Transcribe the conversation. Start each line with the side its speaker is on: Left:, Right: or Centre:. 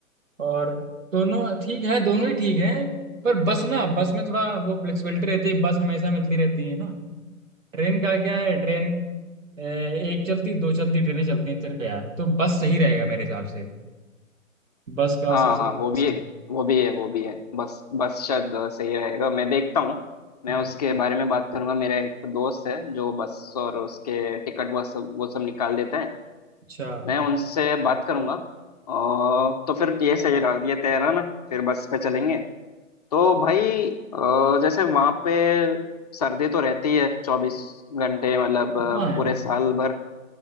Right: और दोनों ठीक है दोनों ही ठीक हैं पर बस ना बस में थोड़ा वो फ्लेक्सिबिलिटी रहती है बस हमेशा मिलती रहती है ना ट्रेन का क्या है ट्रेन ए, एक चलती दो चलती ट्रेनें चलती हैं सिर्फ यार तो बस सही रहेगा मेरे हिसाब से बस का
Left: हाँ
Right: सबसे
Left: हाँ वो
Right: बेस्ट
Left: भी है
Right: है
Left: वो भी है वो भी है बस बस शायद सही रहेगा मैं देखता हूँ मैं
Right: हम्म,
Left: उसके बारे में बात करूंगा मेरा एक दोस्त है जो बस और उसके टिकट वो सब वो सब निकाल देता है
Right: अच्छा
Left: मैं उनसे बात करूंगा और तो फिर ये सही रहा ये तय रहा ना फिर बस पे चलेंगे तो भाई अ, जैसे वहाँ पे सर्दी तो रहती है चौबीस घंटे मतलब अ,
Right: हाँ
Left: पूरे साल भर